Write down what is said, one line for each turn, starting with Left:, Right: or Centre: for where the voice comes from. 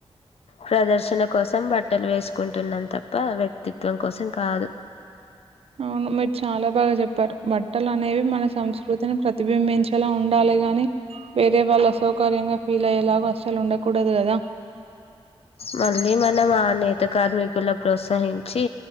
Left: ప్రదర్శన కోసం బట్ట బట్టలు వేసుకుంటున్నాం తప్ప వ్యక్తిత్వం కోసం కాదు
Right: అవును మీరు చాలా బాగా చెప్పారు బట్టలు అనేవి మన సంస్కృతిని ప్రతిబింబించేలా ఉండాలి అ గాని వేరే వాళ్ళు అసౌకర్యంగా ఫీల్ అయ్యేలాగా అసలు ఉండకూడదు కదా
Left: మళ్ళీ మనం ఆ నేత కార్మికుల ప్రోత్సహించి